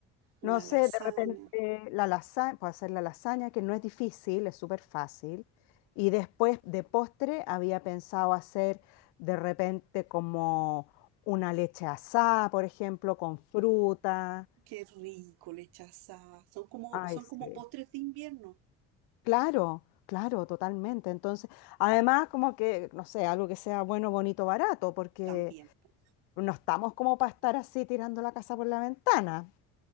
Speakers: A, on the right; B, on the left.
A: una
B: No sé,
A: lasaña.
B: de repente la lasaña, puedo hacer la lasaña, que no es difícil, es súper fácil. Y después de postre había pensado hacer de repente como una leche asada, por ejemplo, con fruta.
A: Qué rico, lechaza. Son como,
B: Ay,
A: son
B: sí.
A: como postres de invierno
B: Claro, claro, totalmente. Entonces, además, como que, no sé, algo que sea bueno, bonito, barato, porque
A: también. po.
B: no estamos como para estar así tirando la casa por la ventana.